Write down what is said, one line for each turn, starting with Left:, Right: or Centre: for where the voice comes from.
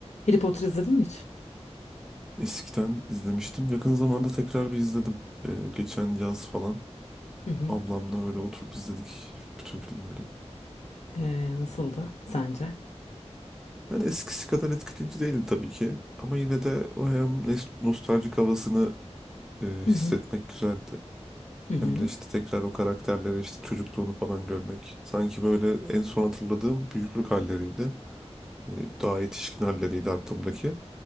Left: Harry Potter izledin mi hiç?
Centre: Eskiden izlemiştim. Yakın zamanda tekrar bir izledim. Ee, geçen yaz falan
Left: Hı hı.
Centre: ablamla böyle oturup izledik bütün filmleri.
Left: Ee, nasıldı sence?
Centre: Yani eskisi kadar etkileyici değildi tabii ki. Ama yine de o hem nes- nostaljik havasını e, hissetmek
Left: Hı hı.
Centre: güzeldi.
Left: Hı hı.
Centre: Hem de işte tekrar o karakterleri işte çocukluğunu falan görmek. Sanki böyle en son hatırladığım büyüklük halleriydi. Hani daha yetişkin halleriydi aklımdaki.